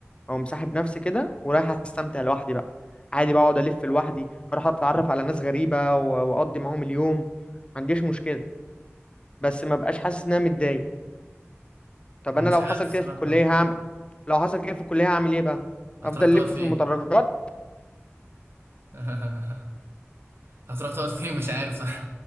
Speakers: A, on the left (about 25°); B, on the right (about 55°).
A: او مسحب نفسي كده ورايح استمتع لوحدي بقى عادي بقعد الف لوحدي اروح اتعرف على ناس غريبة و- واقضي معاهم اليوم ما عنديش مشكلة بس ما بقاش حاسس ان انا متضايق طب
B: انا
A: انا
B: مش
A: لو حصل
B: عارف الصراحه
A: كده في الكلية هعمل لو حصل كده في الكلية هعمل ايه بقى
B: هتروح
A: افضل
B: تقعد
A: الف
B: فين
A: في المدرجات
B: <laughs> هتروح تقعد فين مش عارف صح